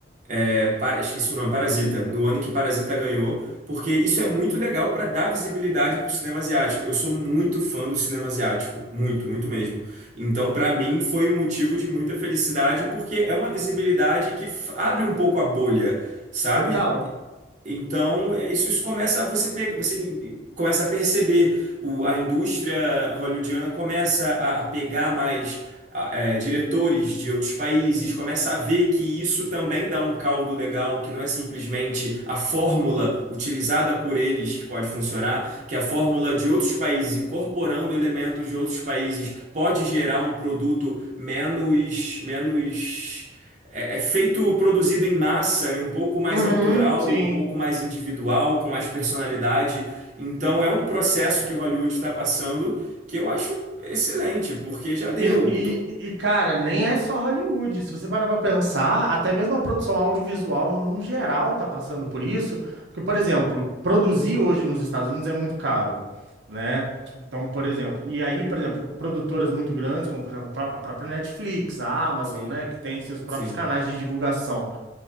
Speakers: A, on the right (about 40°); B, on the right (about 75°).
A: é, para- esqueci o nome, Parasita. No ano em que Parasita ganhou, porque isso é muito legal para dar visibilidade para o cinema asiático. Eu sou muito fã do cinema asiático. Muito, muito mesmo. Então, para mim, foi um motivo de muita felicidade, porque é uma visibilidade que f- abre um pouco a bolha, sabe?
B: Total.
A: Então, é, isso, isso começa a você pe- você começa a perceber o- a indústria hollywoodiana começa a, a pegar mais a- é, diretores de outros países, começa a ver que isso também dá um caldo legal, que não é simplesmente a fórmula utilizada por eles que pode funcionar, que a fórmula de outros países incorporando elementos de outros países pode gerar um produto menos menos é, é feito, produzido em massa, e um pouco mais
B: Uhum,
A: autoral,
B: sim.
A: um pouco mais individual, com mais personalidade. Então é um processo que Hollywood está passando que eu acho excelente, porque já deu.
B: E,
A: Tô-
B: e, e, cara, nem é só Hollywood. Se você parar pra pensar, até mesmo a produção audiovisual, num geral, tá passando por isso. Porque, por exemplo, produzir hoje nos Estados Unidos é muito caro, né? Então, por exemplo, e aí, por exemplo, produtoras muito grandes, como, por exemplo, a pró- a própria Netflix, a Amazon,
A: Sim,
B: né, que tem seus próprios
A: sim,
B: canais de divulgação.